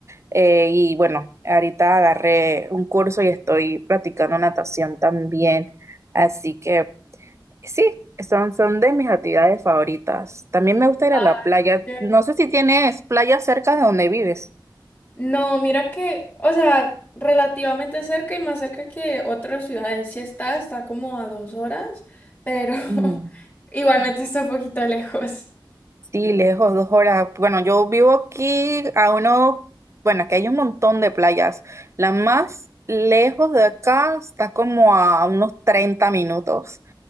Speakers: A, on the right; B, on the left.
A: Eh, y bueno, ahorita agarré un curso y estoy practicando natación también. Así que sí, son, son de mis actividades favoritas. También me gusta
B: <laughs>
A: ir a la playa.
B: Ya.
A: No sé si tienes playa cerca de donde vives.
B: No, mira que, o sea, relativamente cerca y más cerca que otras ciudades, sí está, está como a dos horas, pero <laughs>
A: Mm.
B: igualmente está un poquito lejos.
A: Sí, lejos, dos horas. Bueno, yo vivo aquí a uno, bueno, aquí hay un montón de playas. La más lejos de acá está como a unos 30 minutos,